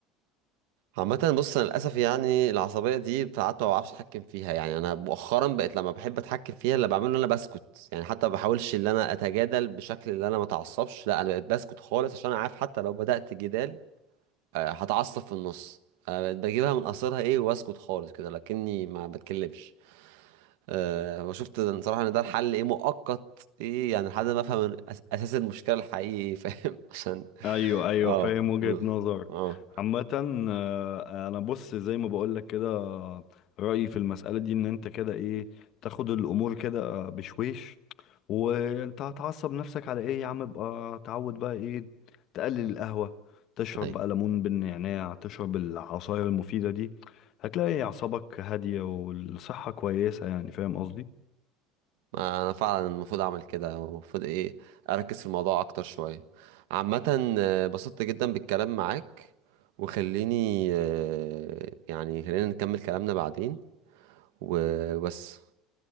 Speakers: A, on the right (about 75°); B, on the left (about 40°).
A: عامة بص أنا للأسف يعني العصبية دي ساعات ما بعرفش أتحكم فيها يعني أنا مؤخرا بقيت لما بحب أتحكم فيها اللي بعمله إن أنا بسكت يعني حتى ما بحاولش إن أنا أتجادل بشكل اللي أنا ما أتعصبش لا أنا بقيت بسكت خالص عشان أنا عارف حتى لو بدأت جدال آه، هتعصب في النص أنا بقيت بجيبها من قصرها إيه وأسكت خالص كده لكني ما بتكلمش أه وشفت إن صراحة إن ده الحل إيه مؤقت إيه يعني لحد ما أفهم أس- أساس المشكلة الحقيقي فاهم <laughs> عشان
B: ايوه ايوه
A: أه
B: فاهم وجهة نظر
A: أه
B: عامة آه، انا بص زي ما بقولك كده آه، رأيي في المسألة دي ان انت كده ايه تاخد الامور كده آه، بشويش وانت هتعصب نفسك على ايه يا عم ابقى تعود بقى ايه تقلل القهوة تشرب
A: أيوة.
B: بقى ليمون بالنعناع تشرب العصاير المفيدة دي هتلاقي اعصابك هادية والصحة كويسة يعني فاهم قصدي
A: ما انا فعلا المفروض اعمل كده المفروض ايه اركز في الموضوع اكتر شويه عامه آه، بسطت جدا بالكلام معاك وخليني آه، يعني خلينا نكمل كلامنا بعدين وبس